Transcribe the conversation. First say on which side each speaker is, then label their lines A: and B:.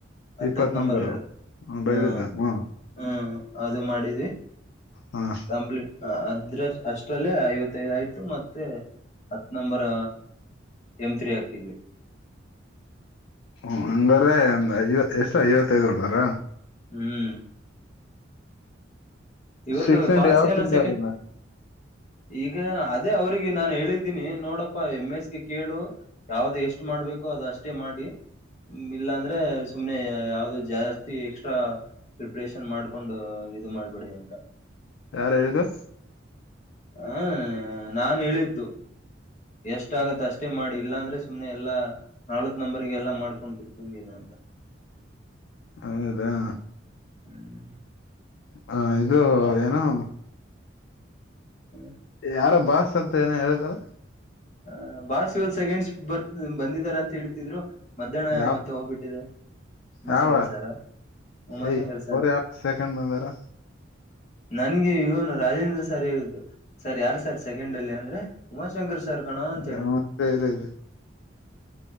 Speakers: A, on the left (about 35°); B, on the left (about 70°).
A: ಹತ್ತತ್
B: ಇಪ್ಪತ್
A: ನಂಬರ್
B: ನಂಬರು
A: ಎರಡು ಹ
B: ಬೆಳ್ಳಿದ್ದು ಹ್ಮ
A: ಹ್ಮ್ ಅದು ಮಾಡಿದ್ವಿ.
B: ಹ್ಮ
A: ಕಂಪ್ಲೀಟ್ ಅದ್ರ ಅಷ್ಟಲ್ಲೇ ಐವತ್ತೈದು ಆಯ್ತು ಮತ್ತೆ ಹತ್ ನಂಬರ್ ಎಂ ತ್ರಿ ಹಾಕಿದ್ವಿ.
B: ಹ ಹಂಗಾರೆ ಐವಎಷ್ಟ ಐವತ್ತೈದ್ ಹೊಡ್ದಾರ..
A: ಹ್ಮ್ ಇವತ್ತು
B: ಸಿಕ್ಸ್ ಹಂಡ್
A: ಬಾಸ್
B: ಯಾವಾಗ
A: ಏನು
B: ತಂದವ್ರನ್ನ
A: ಸೆಕೆ <inaudible> ಈಗ ಅದೇ ಅವ್ರಿಗೆ ನಾನು ಹೇಳಿದ ಇದ್ದೀನಿ ನೋಡಪ್ಪ ಎಮ್ ಎಸ್ಗೆ ಕೇಳು ಯಾವ್ದ್ ಎಷ್ಟ್ ಮಾಡ್ಬೇಕು ಅದ ಅಷ್ಟೇ ಮಾಡಿ ಇಲ್ಲಾಂದ್ರೆ ಸುಮ್ನೆ ಯಾವ್ದೋ ಜಾಸ್ತಿ ಎಕ್ಸ್ಟ್ರಾ ಪ್ರಿಪ್ರೇಷನ್ ಮಾಡ್ಕೊಂಡು ಇದು ಮಾಡ್ಬೇಡಿ ಅ
B: ಯಾರು ಹೇಳಿದು
A: ಹ ನಾನ್ ಹೇಳಿದ್ದು. ಎಷ್ಟ ಆಗತ್ತ ಅಷ್ಟೇ ಮಾಡಿ ಇಲ್ಲಾ ಅಂದ್ರೆ ಸುಮ್ನೆ ಎಲ್ಲಾ ನಲವತ್ ನಂಬರ್ಗೆ ಎಲ್ಲಾ ಮಾಡ್ಕೊಂಡ ಕುಂತ್ಕೊಂಡಿರ್ ಅಂತ..
B: ಹೌದಾ
A: <inaudible>
B: ಹ ಇದು
A: ಮತ್ತೆ
B: ಏನೊ
A: <inaudible>
B: ಯಾರ ಬಾಸ್ ಅಂತ ಏನೋ ಹೇಳಿದಾರ
A: ಅ ಬಾಸ್ ಇವತ್ ಸೆಂಕೆಡ್ ಶಿಫ್ಟ್ ಬರ್ ಬಂದಿದಾರ ಅಂತ ಹೇಳಿದ್ರು ಮಧ್ಯಾಹ್ನ
B: ಯಾವ
A: ಮತ್ತೆ ಹೋಗ್ಬಿಟ್ಟಿದೆ. ಉಮಾಶಂಕ
B: ಯಾವ
A: ಸರ್ <inaudible> ಉಮಾ
B: ಏಯ್
A: ಶಂಕರ್ ಸರ್.
B: ಅವ್ರ ಯಾವ ಸೆಕೆಂಡ್ ಬಂದಾರ
A: ನನ್ಗೆ ಇವನು ರಾಜೇಂದ್ರ ಸಾರ್ ಹೇಳಿದ್ದು. ಸರ್ ಯಾರು ಸರ್ ಸೆಕೆಂಡ್ ಅಲ್ಲಿ ಅಂದ್ರೆ ಉಮಾಶಂಕರ್ ಸರ್ ಕಣೋ
B: <unintelligible>
A: ಅಂತ ಹೇಳಿದ್ರು